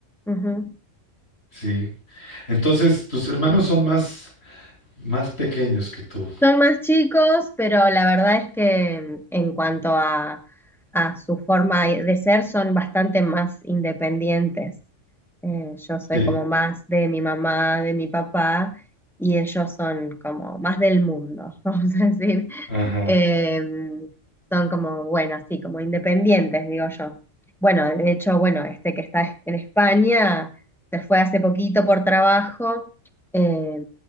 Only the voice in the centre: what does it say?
ujú.
Son más chicos, pero la verdad es que en cuanto a, a su forma de ser, son bastante más independientes. Eh, yo soy
como más de mi mamá, de mi papá, y ellos son como más del mundo, <laughs> vamos a decir.
Eh, son como, bueno, sí, como independientes, digo yo. Bueno, de hecho, bueno, este que está en España se fue hace poquito por trabajo eh,